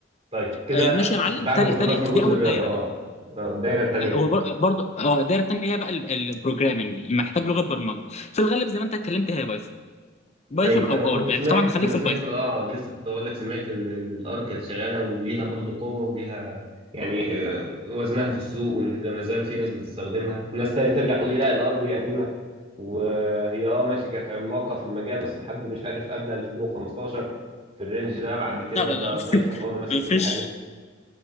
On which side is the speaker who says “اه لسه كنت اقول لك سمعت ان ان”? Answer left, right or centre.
Right